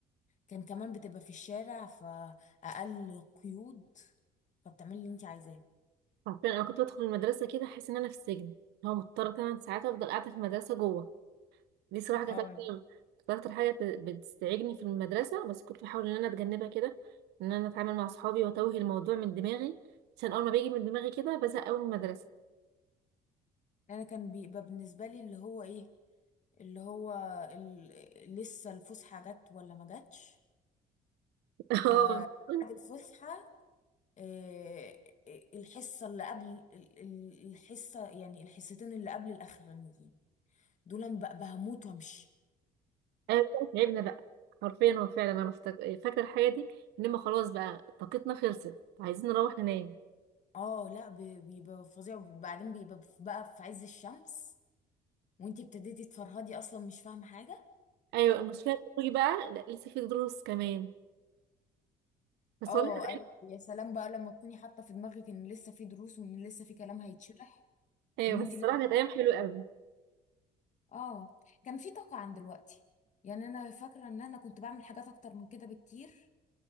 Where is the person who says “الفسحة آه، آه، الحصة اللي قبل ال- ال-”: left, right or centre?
Left